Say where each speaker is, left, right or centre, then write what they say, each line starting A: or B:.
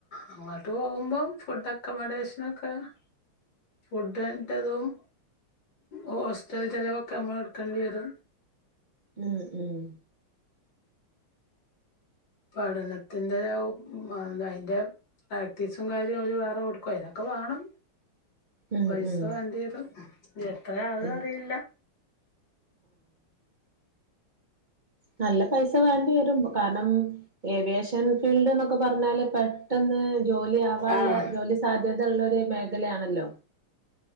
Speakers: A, on the left; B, on the right.
A: അങ്ങോട്ട് പോകുമ്പം ഫുഡ് അക്കോമഡേഷനൊക്കെഫുഡിന്റേതും ഹോസ്റ്റൽ ചിലവൊക്കെ നമ്മളെടുക്കേണ്ടിവരും.
B: ഉം.. ഉം
A: പഠനത്തിന്റെയുംഅതിന്റെ പ്രാക്ടീസും കാര്യവും അവരു വേറെ കൊടുക്കും. അതിനൊക്കെവേണം
B: ഉം
A: പൈസവേണ്ടിവരും,
B: ഉം
A: എത്രആണെന്നറിയില്ല.
B: ഉം നല്ലപൈസ വേണ്ടി വരുമ്പോ കാരണം ഏവിയേഷൻ ഫീൽഡെന്നൊക്കെ പറഞ്ഞാല്‌പെട്ടെന്ന് ജോലിയാവാനുള്ള
A: ആഹ്
B: ജോലി സാധ്യതയുള്ളൊരു മേഖലയാണല്ലോ